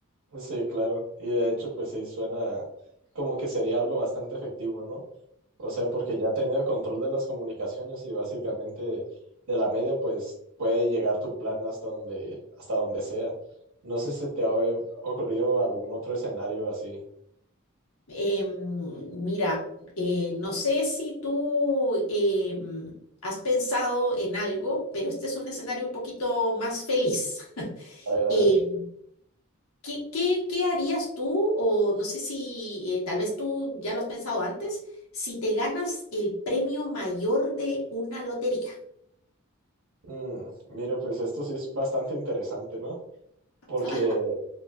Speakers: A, on the right; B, on the left.
A: Sí, claro. Y de hecho, pues sí, suena como que sería algo bastante efectivo, ¿no? O sea, porque ya teniendo control de las comunicaciones y básicamente de la media, pues puede llegar tu plan hasta donde, hasta donde sea. No sé si te ha o- ocurrido algún otro escenario así.
B: Em, mira, eh, no sé si tú em, has pensado en algo, pero este es un escenario un poquito más feliz.
A: A ver, a
B: Em,
A: ver.
B: ¿Qué, qué, qué harías tú? O no sé si eh, tal vez tú ya lo has pensado antes, si te ganas el premio mayor de una lotería.
A: Mm, mira, pues esto sí es bastante interesante, ¿no? Porque,
B: <laughs>